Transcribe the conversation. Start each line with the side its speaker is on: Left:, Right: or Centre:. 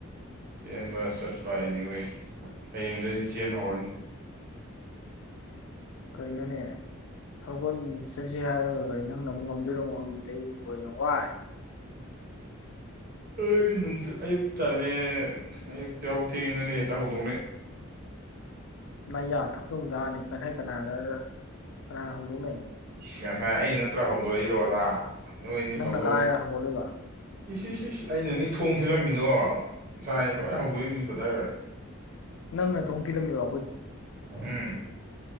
Right: ꯆꯦꯟꯕ ꯆꯠꯄ ꯑꯦꯅꯤꯋꯦ ꯍꯌꯦꯡꯗꯩꯗꯤ ꯆꯦꯟꯍꯧꯔꯅꯤ
Left: ꯀꯩꯅꯣꯅꯦ ꯍꯧꯒꯠ ꯆꯠꯁꯤ ꯍꯥꯏꯔꯒ ꯀꯩ ꯅꯪꯅ ꯑꯃꯨꯛ ꯉꯝꯗꯣꯏꯔꯣ ꯑꯃꯨꯛ ꯍꯪꯖꯤꯜꯂꯛꯏꯖꯤꯕꯣ ꯀꯩꯅꯣ ꯋꯥꯏ
Right: ꯑ ꯑꯌꯨꯛ ꯇꯜꯂꯦ ꯑꯌꯨꯛꯇ ꯌꯥꯍꯧ ꯊꯦꯡꯉꯦ ꯅꯪꯗꯤ ꯍꯦꯛꯇ ꯍꯧꯗꯣꯛꯅꯩ
Left: ꯅ ꯌꯥ ꯊ ꯑꯗꯨꯨꯝ ꯂꯑꯅꯤ ꯉꯁꯥꯏ ꯀꯅꯥꯗ ꯀꯅꯥꯅ ꯍꯧꯗꯣꯛꯅꯩ
Right: ꯏꯁ ꯉꯁꯥꯏ ꯑꯩꯅ ꯅꯠꯇ꯭ꯔ ꯍꯧꯗꯣꯛꯏꯗꯣ ꯑꯣꯖꯥ ꯅꯣꯏꯅꯤ
Left: ꯅꯪꯅ
Right: ꯍꯧꯗꯣꯛ
Left: ꯀꯗꯥꯏꯗ ꯍꯧꯒꯠꯂꯤꯕ
Right: ꯏꯁ ꯏꯁ ꯏꯁ ꯑꯩꯅꯅꯤ ꯊꯣꯡ ꯊꯤꯜꯂꯝꯃꯤꯗꯣ ꯉꯁꯥꯏ ꯂꯣꯏ ꯍꯧꯗꯣꯛꯏꯅꯤ ꯕ꯭ꯔꯗꯔ
Left: ꯅꯪꯅ ꯊꯣꯡ ꯊꯤꯜꯂꯝꯃꯤꯕ
Right: ꯎꯝ